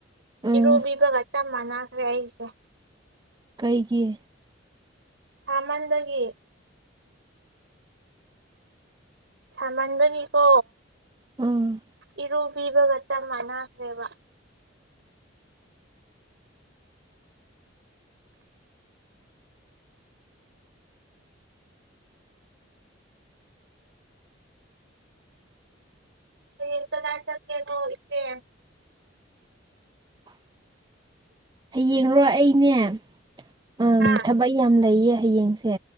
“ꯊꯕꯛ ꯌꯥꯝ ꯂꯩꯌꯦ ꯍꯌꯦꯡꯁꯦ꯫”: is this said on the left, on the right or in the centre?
Right